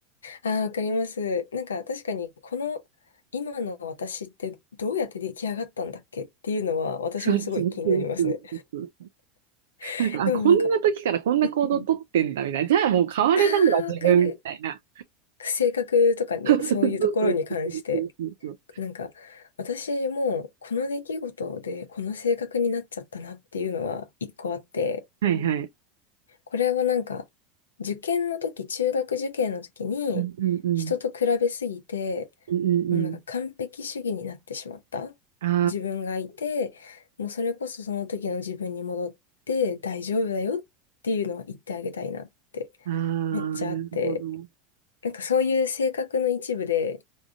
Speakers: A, on the left; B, on the right.
A: ああ、わかります。なんか確かにこの今の私ってどうやって出来上がったんだっけっていうのは私もすごい気になりますね。
B: そうそうそうそうそうそう。
A: <laughs>
B: なんか、
A: でもなんか、
B: あ、こんな時からこんな行動をとってんだみたいな。
A: うんうん。
B: じゃあもう変われないわ、
A: ああ、
B: 自分みたいな。
A: わかる。性格とかね、
B: <laughs> そうそうそうそうそうそうそう。
A: そういうところに関して、なんか私もこの出来事でこの性格になっちゃったなっていうのは一個あって、
B: はいはい。
A: これはなんか、受験の時、中学受験の時に、
B: うんうんうん。
A: 人と比べすぎて、
B: うんうんうん。
A: もうなんか完璧主義になってしまった自分がいて、
B: あ
A: もうそれこそその時の自分に戻って大丈夫だよっていうのは言ってあげたいなって
B: あ、あ
A: めっちゃあって、
B: あ、なるほど。
A: なんかそういう性格の一部で、